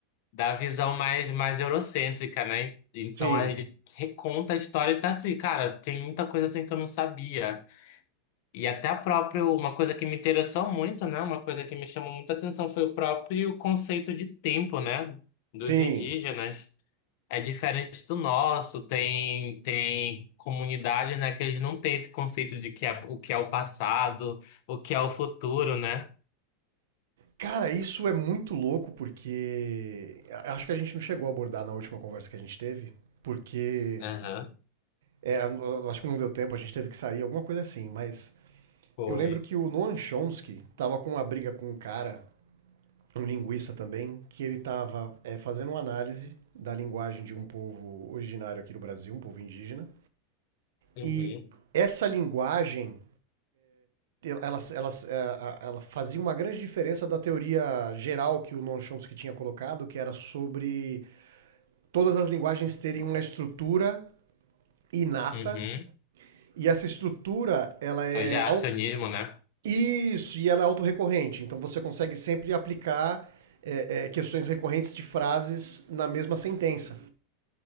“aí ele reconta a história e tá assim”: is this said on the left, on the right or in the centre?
Left